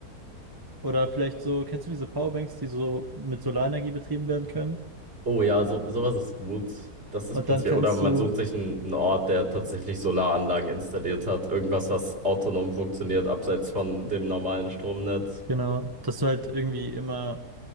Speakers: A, on the right (about 15°); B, on the right (about 40°).
A: Oder vielleicht so, kennst du diese Powerbanks, die so mit Solarenergie betrieben werden können?
B: Oh ja, so, sowas ist gut. Das ist
A: Und
B: prinzipiell.
A: dann kannst
B: Oder man
A: du,
B: sucht sich einen, einen Ort, der tatsächlich Solaranlagen installiert hat. Irgendwas, was autonom funktioniert, abseits von dem normalen Stromnetz.
A: genau, dass du halt irgendwie immer